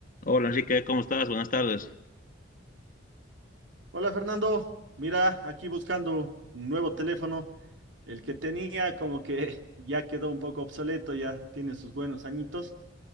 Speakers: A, on the left; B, on the right.
A: Hola Enrique, ¿cómo estás? Buenas tardes.
B: Hola Fernando, mira, aquí buscando un nuevo teléfono. El que tenía como que <laughs> ya quedó un poco obsoleto, ya tiene sus buenos añitos